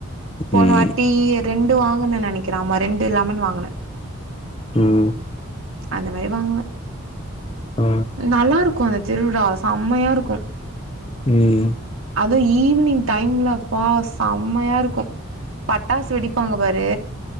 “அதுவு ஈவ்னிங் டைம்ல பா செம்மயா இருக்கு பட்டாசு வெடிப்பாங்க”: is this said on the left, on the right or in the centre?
Right